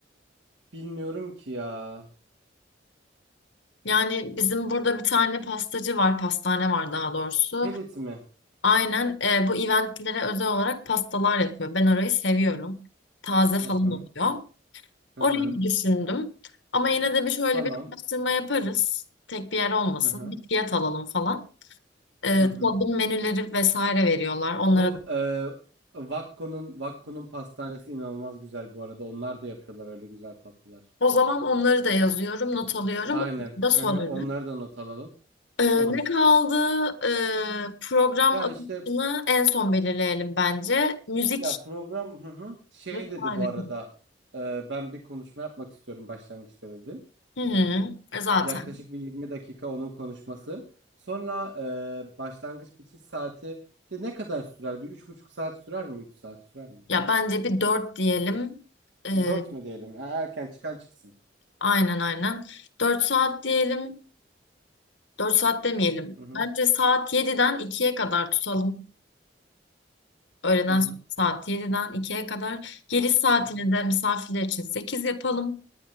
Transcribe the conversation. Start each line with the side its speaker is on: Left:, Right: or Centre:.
Right: bilmiyorum ki ya.
Left: Yani bizim burada bir tane pastacı var, pastane var daha doğrusu.
Right: Pelit mi?
Left: Aynen e, bu eventlere özel olarak pastalar yapıyor. Ben orayı seviyorum. Taze falan
Right: Hı hı.
Left: oluyor.
Right: Hı
Left: Orayı
Right: hı.
Left: bir düşündüm. Ama yine de bir şöyle
Right: Tamam.
Left: bir araştırma yaparız. Tek bir yer olmasın.
Right: Hı hı.
Left: Bir fiyat alalım falan. Ee,
Right: Hı hı.
Left: tadım menüleri vesaire veriyorlar onlara
Right: Bu
Left: da.
Right: e, Vakko'nun Vakko'nun pastanesi inanılmaz güzel bu arada. Onlar da yapıyorlar öyle güzel tatlılar.
Left: O zaman onları da yazıyorum, not alıyorum.
Right: Aynen.
Left: Onları da sorarız.
Right: Hı hı, Onları da not alalım.
Left: Ee,
Right: Olur.
Left: ne kaldı? Ee, program
Right: Ya
Left: akışını
Right: işte
Left: en son belirleyelim bence. Müzik
Right: ya program hı hı. Şey
Left: vesaire.
Right: dedi bu arada. e, ben bir konuşma yapmak istiyorum başlangıçta dedi.
Left: Hı hı, e, zaten.
Right: Yaklaşık bir 20 dakika onun konuşması. Sonra e, başlangıç bitiş saati işte ne kadar sürer? Bir üç buçuk saat sürer mi? 3 saat sürer mi?
Left: Ya bence bir dört diyelim. Ee,
Right: 4 mü diyelim? E, Erken çıkan çıksın.
Left: aynen aynen. Dört saat diyelim. Dört saat demeyelim.
Right: Hı hı.
Left: Bence saat yediden ikiye kadar tutalım. Öğleden
Right: Hı hı.
Left: sonra saat yediden ikiye kadar. Geliş saatini
Right: Hı hı.
Left: de misafirler için 8 yapalım.